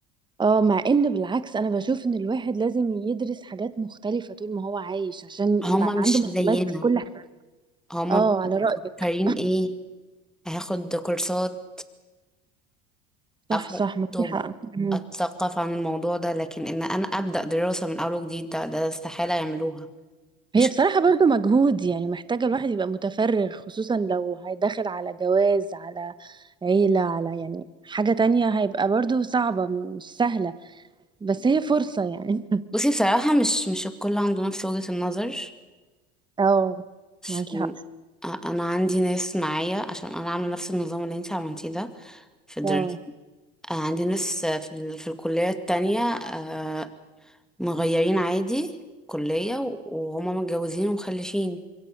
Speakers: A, on the right; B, in the centre.
A: اه مع ان بالعكس انا بشوف ان الواحد لازم يدرس حاجات مختلفه طول ما هو عايش عشان
B: هما
A: يبقى
B: مش
A: عنده معلومات
B: زينا
A: في كل حاجه
B: هما
A: اه على
B: مفكرين
A: رايك
B: ايه هاخد كورسات
A: صح
B: أقرأ
A: صح ما
B: كتب
A: في حق مم.
B: أتثقف عن الموضوع ده لكن إن أنا أبدأ دراسة من أول وجديد ده, ده استحالة يعملوها مش
A: هي بصراحة برضو مجهود يعني محتاجة الواحد يبقى متفرغ خصوصا لو هيدخل على جواز على عيلة على يعني حاجة تانية هيبقى برضو صعبة مش سهلة بس هي فرصة يعني
B: بصي بصراحة مش مش الكل عنده نفس وجهة النظر
A: <laughs> اه
B: عشان
A: معاكي حق
B: أ- أنا عندي ناس معايا عشان أنا عاملة نفس النظام اللي أنت عملتيه ده في الدراسة
A: اه
B: عندي ناس في, ال... في الكلية التانية آه، مغيرين عادي كلية و- وهما متجوزين ومخلفين